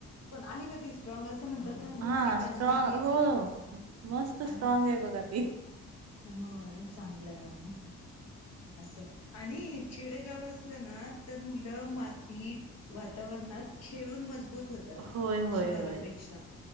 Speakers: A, on the left (about 60°); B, on the right (about 55°).
A: पण आहे का ती स्ट्रॉग अस. अस म्हणतात घुट्टी
B: हा
A: पाजली
B: स्ट्रॉग
A: की,
B: हो मस्त
A: आहे.
B: स्ट्रॉंग बघा ती
A: हर चांगलं आहे मग. असं आणि खेडेगाव असलं ना तर मुलं मातीत वातावरण नात खेळून मजबूत होतात
B: होय होय
A: शहरापेक्षा.
B: होय